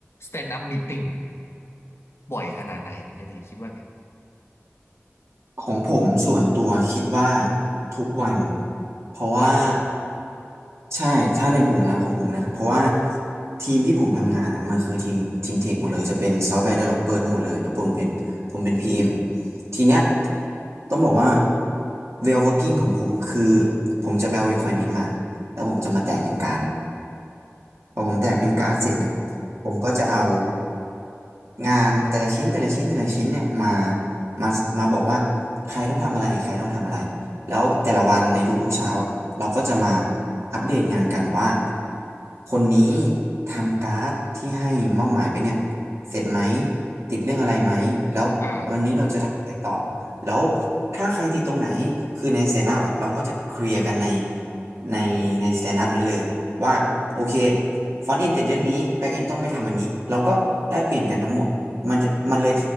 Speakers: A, on the left; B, on the right.
A: สแตนด์อัพมีตติ่งบ่อยขนาดไหนถึงจะดีคิดว่าไง
B: ของผมส่วนตัวคิดว่าทุกวันเพราะว่า
A: ทุกวันเลยเหรอ
B: ใช่ถ้าในผมนะของผมนะเพราะว่าทีมที่ผมทำงานอ่ะมันคือทีมทีมเทคหมดเลยจะเป็นซอฟต์แวร์ d ด v e l o p อ r ทั้งหมดเลยแล้วผมเป็นผมเป็น PM ทีเนี้ยต้องบอกว่า w e l working ของผมคือผมจะไปเอา requirement มาแล้วผมจะมาแตกเป็นการ์ดพอผมแตกเป็นการ์ดเสร็จเนี่ย
A: อ่า
B: ผมก็จะเอา งานแต่ละชิ้นแต่ละชิ้นแต่ละชิ้นเนี่ยมามามาบอกว่าใครต้องทำอะไรใครต้องทำอะไรแล้วแต่ละวันในทุกๆเช้าอะเราก็จะมาอัปเดตงานกันว่าคนนี้ทำการ์ดที่ให้มอบหมายไปเนี่ยเสร็จไหมติดเรื่องอะไรไหมแล้ววันนี้เราจะทำอะไรต่อ
A: อ่า
B: แล้วถ้าใครติดตรงไหนคือในสแตนด์อัพอะเราก็จะเคลียร์กันในในในสแตนด์อัพนั้นเลย ว่าโอเคฟอนต์เอนติดเรื่องนี้แบ็กเอนต้องไปทำอันนี้เราก็แลกเปลี่ยนกันทั้งหมดมันจะมันเลย